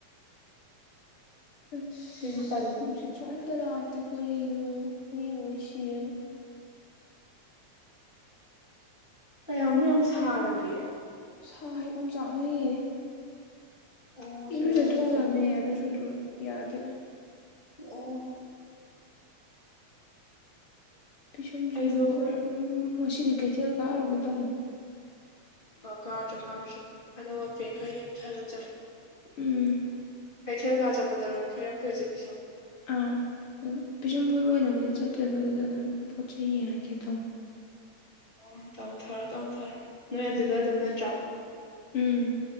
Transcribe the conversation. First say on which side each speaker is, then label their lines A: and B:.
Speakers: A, on the left; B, on the left.
A: ꯑꯁ
B: ꯁꯤꯁꯨ ꯇꯜꯂꯦ
A: ꯅꯨꯡꯁꯤꯠꯁꯨ ꯑꯃꯇ ꯂꯥꯛꯇꯦ ꯀꯔꯤꯅꯣ ꯃꯤ ꯂꯣꯏ ꯁꯤꯔꯅꯤ꯫
B: ꯀꯌꯥꯃꯨꯛ ꯌꯥꯝ ꯁꯥꯔꯒꯦ꯫
A: ꯁꯥꯏ ꯑꯣꯝ ꯆꯥꯛꯅꯩꯌꯦ꯫
B: ꯑꯣ
A: ꯏꯔꯨꯖ
B: ꯁꯤꯗ ꯅꯨꯃꯤꯠꯊꯣꯛꯇ꯭ꯔꯤ
A: ꯊꯣꯛꯎꯔꯝꯅꯦ ꯑꯗꯨꯁꯨ ꯑꯗꯨꯝ ꯌꯥꯗꯦ꯫
B: ꯑꯣ꯫
A: ꯄꯤꯁꯨꯝꯁꯤꯁꯨ
B: ꯑꯩꯁꯨ
A: ꯐꯣꯏ ꯎꯝ ꯉꯁꯤꯗꯤ
B: ꯎꯝ
A: ꯀꯩꯊꯦꯜ ꯀꯥꯔꯨꯒꯦ ꯇꯧꯅꯤ꯫
B: ꯑ ꯀꯥꯎꯔꯨꯆꯣ ꯀꯥꯎꯔꯨꯆꯣ ꯑꯅꯧ ꯑꯄꯦꯠ ꯈꯔ ꯌꯦꯡꯊꯔꯨ ꯆꯣ꯫
A: ꯎꯝ꯫
B: ꯀꯩꯊꯦꯜ ꯀ ꯆꯠꯄꯗꯔꯣ ꯐꯣꯏꯔꯛꯇꯣꯏꯁꯦ ꯄꯤꯁꯨꯝ꯫
A: ꯑꯥ ꯑꯗꯨꯝ ꯄꯤꯁꯨꯝ ꯐꯣꯏꯕ ꯑꯣꯏꯅꯕꯨꯗꯤ ꯆꯠꯇꯣꯏꯕ ꯑꯗꯨꯗ ꯑꯗꯨꯝ ꯄꯣꯠ ꯆꯩꯩ ꯌꯦꯡꯉꯛꯒꯦ ꯇꯧꯅꯤ꯫
B: ꯑꯣ ꯇꯧ ꯊꯔꯣ ꯇꯧ ꯊꯔꯣ ꯅꯣꯏ ꯑꯗꯨꯗ ꯑꯗꯨꯝ ꯅꯠꯇ꯭ꯔꯣ꯫
A: ꯎꯝ